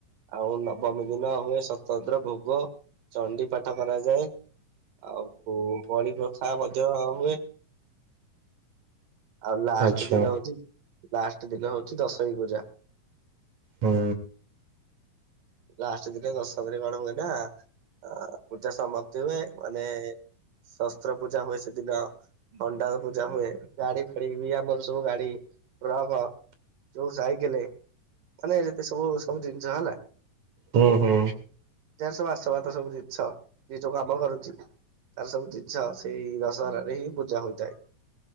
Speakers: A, on the right (about 80°); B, on the right (about 65°).
A: ଆଉ ନବମୀ ଦିନ ହୁଏ ସ୍ୱତନ୍ତ୍ର ଭୋଗ ଚଣ୍ଡି ପାଠ କରାଯାଏ ଆଉ ବଳିପ୍ରଥା ମଧ୍ୟ ହୁଏ। ଆଉ ଲାଷ୍ଟ
B: ଆଚ୍ଛା
A: ଦିନ ହଉଚି ଲାଷ୍ଟ ଦିନ ହଉଛି ଦଶମୀ ପୂଜା।
B: ହୁଁ।
A: ଲାଷ୍ଟ ଦିନ ଦଶମୀରେ କଣ ହୁଏ ନା ଅ ପୂଜା ସମାପ୍ତି ହୁଏ ମାନେ ଶସ୍ତ୍ର ପୂଜା ହୁଏ ସେଦିନ ହଣ୍ଡାର ପୂଜା ହୁଏ ଗାଡି ଫାଡି ବି ଆମର ସବୁ ଗାଡି ଟ୍ରକ ଯୋଉ ସାଇକେଲେ ମାନେ ଯେତେ ସବୁ ସବୁ ଜିନିଷ ହେଲା
B: ହୁଁ ହୁଁ।
A: ଏ ସବୁ ଆଶବା ସବୁ ଜିନିଷ ଯିଏ ଯୋଉ କାମ କରୁଛି ତାର ସବୁ ଜିନିଷ ସେଇ ଦଶହରାରେ ହିଁ ପୂଜା ହୋଇଥାଏ।